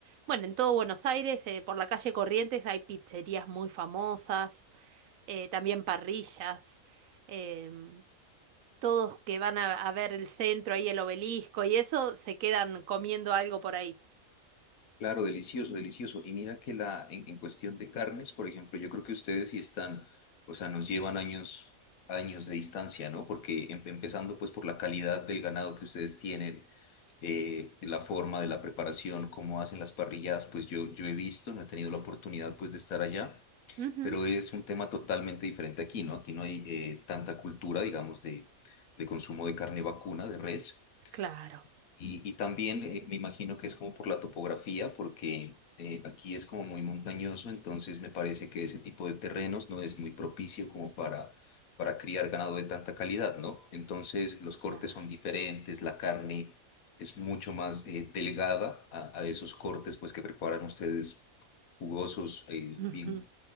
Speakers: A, on the right; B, on the left.
A: bueno, en todo Buenos Aires, eh, por la calle Corrientes hay pizzerías muy famosas, eh, también parrillas. em, todos que van a, a ver el centro, ahí el obelisco y eso, se quedan comiendo algo por ahí.
B: Claro, delicioso, delicioso. Y mira que la, en, en cuestión de carnes, por ejemplo, yo creo que ustedes sí están, o sea, nos llevan años, años de distancia, ¿no? Porque em- empezando pues por la calidad del ganado que ustedes tienen, eh, de la forma de la preparación, cómo hacen las parrilladas, pues yo, yo he visto, no he tenido la oportunidad pues de estar allá,
A: Ujú,
B: pero es un tema totalmente diferente aquí, ¿no? Aquí no hay eh, tanta cultura, digamos, de, de consumo de carne vacuna, de res.
A: claro.
B: Y, y también eh, me imagino que es como por la topografía, porque eh, aquí es como muy montañoso, entonces me parece que ese tipo de terrenos no es muy propicio como para, para criar ganado de tanta calidad, ¿no? Entonces los cortes
A: Claro.
B: son diferentes, la carne es mucho más eh, delgada a, a esos cortes pues que preparan ustedes jugosos, eh,
A: Ujú.
B: bien